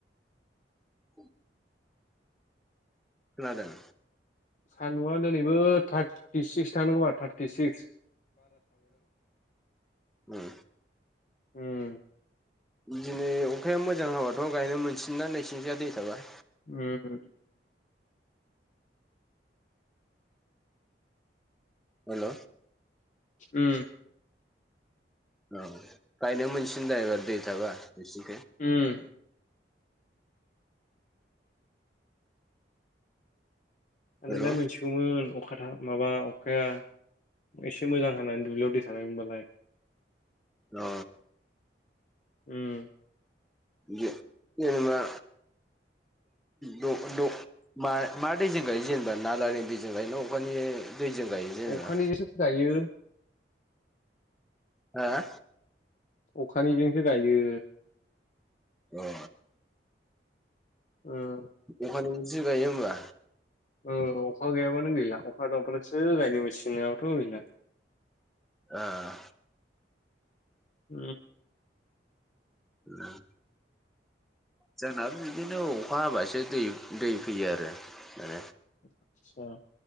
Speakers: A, in the centre; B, on the left.
A: <inaudible> खोनादों
B: सान्दुंआ दिनैबो थार्टिसिक्स थांदों खोमा थार्टिसिक्स
A: उम
B: उम
A: दिनै अखाया मोजां हाबाथ' गायनो मोनसिन ना नैसिंथिया दै थाबा
B: उम
A: हेल'
B: उम
A: औ गायनो मोनसिनदाबा दै थाबा नोंसोरनि
B: उम आलाय
A: हेल'
B: मोनसेगौमोन अखा माबा अखाया एसे मोजां हानानै दुब्लियाव दै थानायमोनबालाय
A: अ
B: उम
A: ज जेनबा द द म मा दैजों गायो जेनेबा नारालारिनि दैजों गायो ना अखानि दैजों गायो जेनेबा?
B: अखानिजोंसो गायो
A: हा
B: अखानिजोंसो गायो
A: औ
B: ओम
A: अखानिजोंसो गायो होमबा
B: औ अखा गैयाबानो गैला अखा दंफ्रासो गायनो मेसिनाथ' गैला
A: आ
B: उम
A: <unintelligible> जोंननाो बिदिनो अखा हाबासो दै दै फैयो आरो मान
B: आतसा